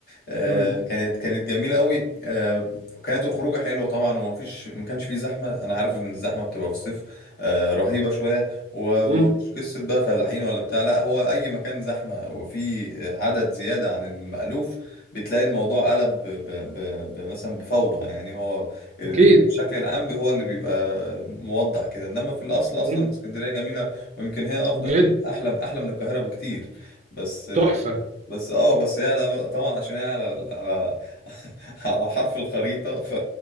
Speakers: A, on the left; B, on the right.
A: آه،
B: مم.
A: كانت كانت جميله قوي آه، وكانت الخروجه حلوه طبعا ومفيش ما كانش فيه زحمه انا عارف ان الزحمه بتبقى في الصيف آه، رهيبه شويه و-
B: مم.
A: ومش قصة بقى فلاحين ولا بتاع لا هو أي مكان زحمة وفي عدد زيادة عن المألوف بتلاقي الموضوع قلب ب ب ب مثلا بفوضى يعني هو ال-
B: اكيد
A: الشكل العام هو اللي بيبقى موضح كده إنما في الأصل أصلا
B: مم.
A: اسكندرية جميلة ويمكن هي أفضل
B: بجد
A: أحلى أحلى من القاهرة بكتير بس
B: تحفه
A: بس اه بس هي على- طبعا عشان هي على على <laughs> على حرف الخريطة ف...